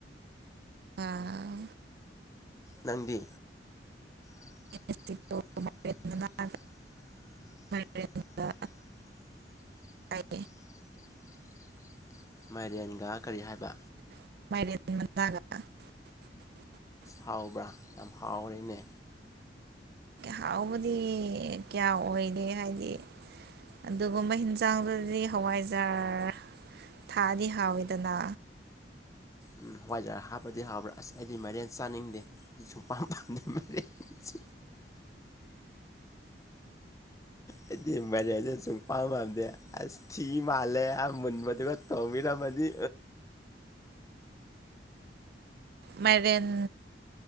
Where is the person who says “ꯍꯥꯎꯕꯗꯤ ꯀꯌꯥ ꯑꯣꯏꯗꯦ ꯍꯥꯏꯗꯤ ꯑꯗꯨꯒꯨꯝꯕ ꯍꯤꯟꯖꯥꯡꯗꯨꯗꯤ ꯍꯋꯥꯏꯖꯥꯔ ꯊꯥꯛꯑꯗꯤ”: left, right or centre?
Right